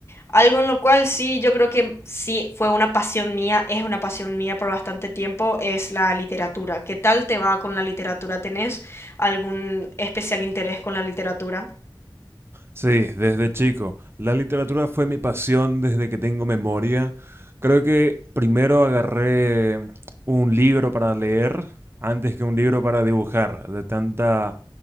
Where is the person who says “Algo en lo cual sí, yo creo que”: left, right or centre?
Left